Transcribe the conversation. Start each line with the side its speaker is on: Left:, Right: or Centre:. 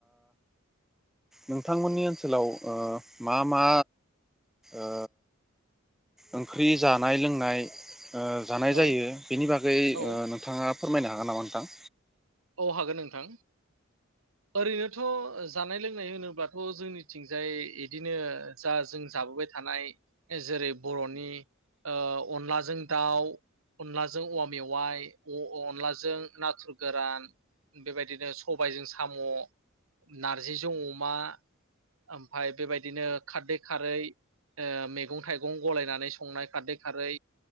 Centre: नोंथां मोननि ओनसोलाव ओ मा मा ओ ओंख्रि जानाय लोंनाय ओ जानाय
Right: औ
Centre: जायो बिनि बागै
Right: औ
Centre: नोंथाङा फोरमायनो हागोन नामा नोंथां?
Right: औ हागोन नोंथां ओरै नोथ' जानाय लोंनाय होनो बाथ' जोंन थिंजाय बिदिनो जा जों जाबोबाय थानाय जेरै बर'नि ओ अनलाजों दाउ, अनलाजों औवा मेवाइ, अ अनलाजों नाथुर गोरान बेबायदिनो सबायजों साम', नारजिजों अमा, ओमफ्राय बेबायदिनो खारदै खारै मैगं थाइगं गलायनानै संनाय खारदै खारै